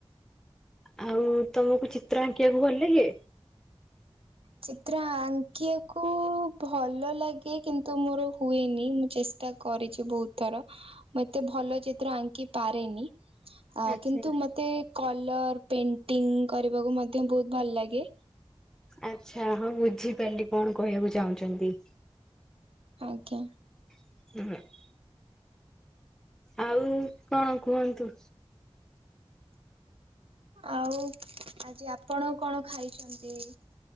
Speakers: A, in the centre; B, on the right.
A: ଆଉ ତମକୁ ଚିତ୍ର ଆଙ୍କିବାକୁ ଭଲ ଲାଗେ?
B: ଚିତ୍ର ଆଙ୍କିବାକୁ ଭଲ ଲାଗେ କିନ୍ତୁ ମୋର ହୁଏନି ମୁଁ ଚେଷ୍ଟା କରିଛି ବହୁତ ଥର ମୁଁ ଏତେ ଭଲ ଚିତ୍ର ଆଙ୍କି ପାରେନି। ଆ
A: ଆଚ୍ଛା
B: କିନ୍ତୁ ମତେ କଲର ପେଣ୍ଟିଂ କରିବାକୁ ମଧ୍ୟ ବହୁତ ଭଲ ଲାଗେ।
A: ଆଚ୍ଛା ହଁ ବୁଝିପାରିଲି କଣ କହିବାକୁ ଚାହୁଁଛନ୍ତି?
B: ଆଜ୍ଞା।
A: <unintelligible> ଆଉ କଣ କୁହନ୍ତୁ?
B: ଆଉ ଆଜି ଆପଣ କଣ ଖାଇଛନ୍ତି?